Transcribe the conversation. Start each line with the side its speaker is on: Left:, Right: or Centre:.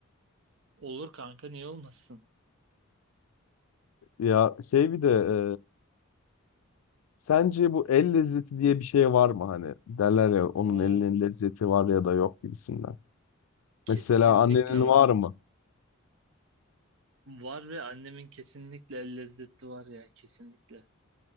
Right: Olur kanka niye olmasın?
Left: Ya şey bir de e, sence bu el lezzeti diye bir şey var mı hani? Derler ya onun
Right: O
Left: elinin lezzeti var ya da yok gibisinden.
Right: kesinlikle
Left: Mesela annenin
Right: var.
Left: var mı?
Right: Var ve annemin kesinlikle el lezzeti var ya kesinlikle.